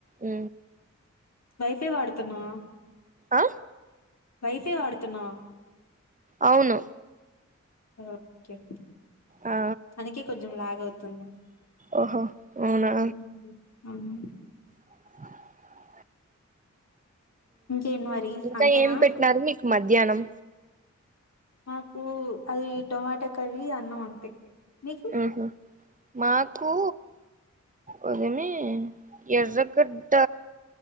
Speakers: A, on the right; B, on the left.
A: ఉ
B: వైఫై వాడుతున్నావా
A: ఆ
B: వైఫే వాడుతున్నావ
A: అవును
B: ఓకే
A: ఆ
B: అందుకే కొంచెం లాగ అవుతుంది
A: ఓహో ఉనా
B: ఉమ్, అవును
A: ఆ
B: ఇంకేంటి మరి
A: ఇంకా
B: అంతేనా?
A: ఏం పెట్టినారు మీకు మధ్యాహ్నం
B: మాకు అది టొమాటా కర్రీ అన్నం అంతే మీకు
A: ఆహ మాకు ఉదుమి ఎర్రకట్ట